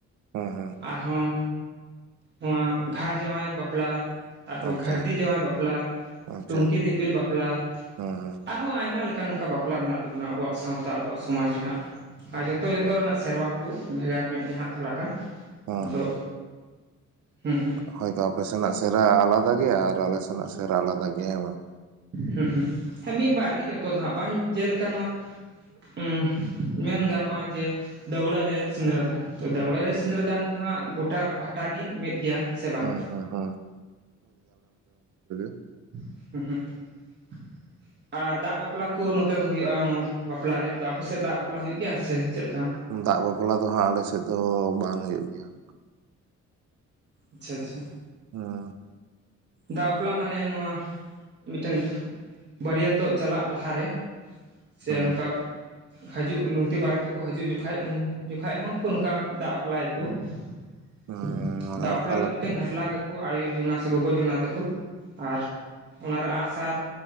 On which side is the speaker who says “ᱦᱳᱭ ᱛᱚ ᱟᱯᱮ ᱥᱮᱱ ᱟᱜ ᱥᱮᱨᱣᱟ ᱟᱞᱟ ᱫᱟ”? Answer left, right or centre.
Right